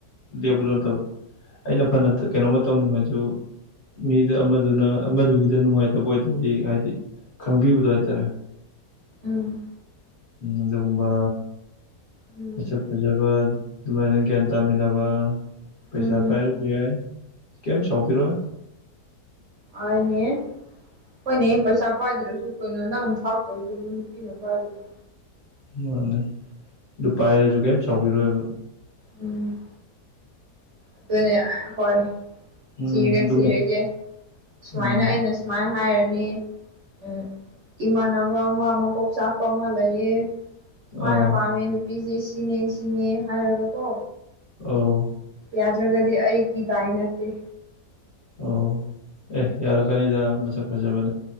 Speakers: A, on the left (about 45°); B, on the right (about 55°).
A: ꯂꯦꯞꯄꯗꯣ ꯅꯠꯇꯕ ꯑꯩꯅ ꯐꯅ ꯀꯩꯅꯣꯃ ꯇꯧꯅꯤꯡꯉꯁꯨ ꯃꯤꯗꯨ ꯑꯃꯗꯨꯅ ꯑꯃꯗꯨꯒꯤꯗ ꯅꯨꯡꯉꯥꯏꯇꯕ ꯑꯣꯏꯗꯗꯤ ꯍꯥꯏꯗꯤ ꯈꯪꯕꯤꯕꯗꯣ ꯍꯥꯏ ꯇꯥꯔꯦ
B: ꯎꯝ
A: ꯑꯗꯨꯒꯨꯝꯕ
B: ꯎꯝ
A: ꯃꯁꯛ ꯐꯖꯕ ꯑꯗꯨꯃꯥꯏꯅ ꯒ꯭ꯌꯥꯟ ꯇꯥꯃꯤꯟꯅꯕ ꯄꯩꯁꯥ
B: ꯎꯝ
A: ꯄꯥꯏꯔꯁꯨ ꯌꯥꯏ ꯀꯩꯝ ꯁꯥꯎꯕꯤꯔꯣꯏ
B: ꯎꯝ ꯍꯣꯏꯅꯦ ꯄꯩꯅꯦ ꯄꯩꯁꯥ ꯄꯥꯏꯗ꯭ꯔꯁꯨ ꯀꯩꯅꯣ ꯅꯪ ꯊꯥꯛꯇꯣꯏꯗꯨꯕꯨ ꯅꯨꯄꯤꯅ ꯄꯥꯏꯕꯗꯣ
A: ꯃꯥꯅꯦ ꯑꯗꯨ ꯄꯥꯏꯔꯁꯨ ꯀꯩꯝ ꯁꯥꯎꯕꯤꯔꯣꯏꯕ
B: ꯎꯝ ꯑꯗꯨꯅꯦ ꯍꯣꯏ
A: ꯎꯝ
B: ꯊꯤꯔꯦ
A: ꯑꯗꯨꯃ
B: ꯊꯤꯔꯒꯦ ꯁꯨꯃꯥꯏꯅ
A: ꯎꯝ
B: ꯑꯩꯅ ꯁꯨꯃꯥꯏꯅ ꯍꯥꯏꯔꯅꯤ ꯎꯝ ꯏꯃꯥ ꯅꯋꯥ ꯑꯃ ꯃꯀꯣꯛ ꯆꯥꯛꯄ ꯑꯃ ꯂꯩꯌꯦ ꯃꯥꯅ
A: ꯑꯥ
B: ꯄꯥꯝꯃꯤ ꯅꯨꯞ ꯄꯤꯁꯦ ꯁꯤꯅꯦ ꯁꯤꯅꯦ ꯍꯥꯏꯔꯒꯀꯣ
A: ꯑꯧ
B: ꯌꯥꯗ꯭ꯔꯒꯗꯤ ꯑꯩꯒꯤ ꯗꯥꯏ ꯅꯠꯇꯦ
A: ꯑꯣ ꯑꯦ ꯌꯥꯔꯛꯀꯅꯤꯗ ꯃꯁꯛ ꯐꯖꯕꯅ